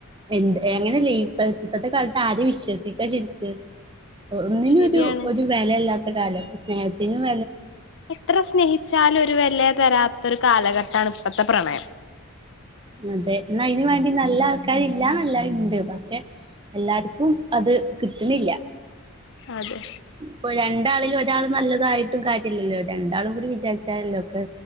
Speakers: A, on the right; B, on the left.
A: എന്ത് എങ്ങനെയല്ലേ ഇപ്പോത്തെ കാലത്ത് ആര വിശ്വസിക്കാ ശരിക്ക ഒന്നിനും
B: ശരിയാണ്
A: ഒരു ഒരു വിലയല്ല കാലം സ്നേഹന
B: എത്ര സ്നേഹിച്ചാലും ഒരു വലയ തരാത്ത ഒരു കാലഘട്ടമാണ് ഇപ്പോഴത്തെ പ്രണയം
A: അതെ എന്നാ അതിനന് വേണ്ടി നല്ല ആൾക്കാരില്ല നല്ല ഇണ്ട് പക്ഷെ എല്ലാർക്കും അത് കിട്ടുന്നില്ല
B: അതെ
A: ഇപ്പൊ രണ്ടാളിലും ഒരാൾ നല്ലത് തായിട്ടും കാര്യില്ലല്ലോ രണ്ടാളും കൂടി വിചാരിച്ചാലല്ലോ ഒക്കെ